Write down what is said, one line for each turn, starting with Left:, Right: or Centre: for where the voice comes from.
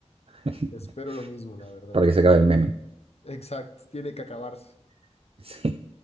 Right: <laughs>
Left: Espero lo mismo, la verdad.
Right: para que se acabe el meme.
Left: Exacto, tiene que acabarse.
Right: <laughs> Sí.